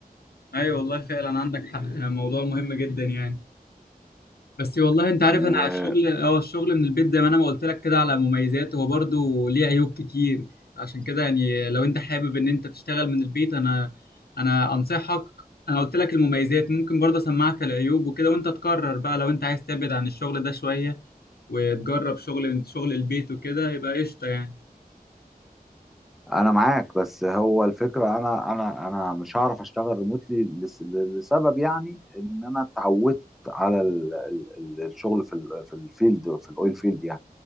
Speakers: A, on the left; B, in the centre.
A: أيوة والله فعلا عندك حق موضوع مهم جدا يعني بس والله انت عارف
B: وانا
A: انا الشغل اه الشغل من البيت زي ما انا ما قلت لك كده على مميزات هو برضه ليه عيوب كتير عشان كده يعني لو انت حابب ان انت تشتغل من البيت انا انا انصحك انا قلت لك المميزات ممكن برضه اسمعك العيوب وكده وانت تقرر بقى لو انت عايز تبعد عن الشغل ده شوية وتجرب شغل شغل البيت وكده يبقى قشطة يعني
B: معاك بس هو الفكره انا انا انا مش هعرف اشتغل ريموتلي لسبب يعني ان انا اتعودت على ال- ال- ال- الشغل في ال- في الفيلد في الاويل فيلد يعني